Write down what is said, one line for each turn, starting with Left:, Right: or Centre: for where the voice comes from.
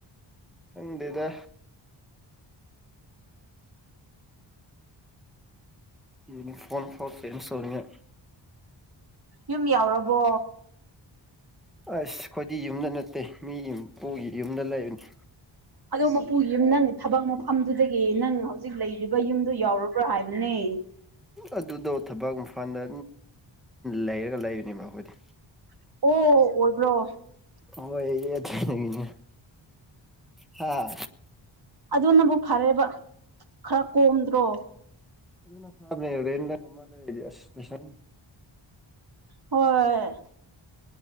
Centre: ꯈꯪꯗꯦꯗ ꯌ ꯐꯅ ꯐꯇꯩꯅ ꯁꯔꯉ <inaudible>
Right: ꯌꯨꯝ ꯌꯥꯎꯔꯕꯣ
Centre: ꯑꯁ ꯑꯩꯈꯣꯏꯗꯤ ꯌꯨꯝꯗ ꯅꯠꯇꯦ ꯃꯤꯒꯤꯄꯨꯒꯤ ꯌꯨꯝꯗ ꯂꯩꯔꯅꯤ
Right: ꯑꯗꯣ ꯃꯄꯨꯒꯤꯨꯝ ꯅꯪ ꯊꯕꯛ ꯃꯄ ꯃꯐꯝꯗꯨꯗꯒꯤ ꯅꯪ ꯍꯧꯖꯤꯛ ꯂꯩꯔꯤꯕ ꯌꯨꯝꯗꯨ ꯌꯥꯎꯔꯕ꯭ꯔꯥ ꯍꯥꯏꯕꯅꯦ
Centre: ꯑꯗꯨꯗꯣ ꯊꯕꯛ ꯏꯝꯐꯥꯟꯜꯗ ꯂꯩꯔꯒ ꯂꯩꯕꯅꯦꯕ ꯑꯩꯈꯣꯏꯗꯤ
Right: ꯑꯣ ꯑꯣꯏꯕ꯭ꯔꯣ
Centre: ꯍꯆꯅꯦ ꯍꯥꯥ
Right: ꯑꯗꯨꯅꯕꯨ ꯐꯔꯦꯕ ꯈꯔ ꯀꯣꯝꯗ꯭ꯔꯣ
Centre: ꯑꯗꯨ ꯐꯔꯁꯁ
Right: ꯍꯣꯏ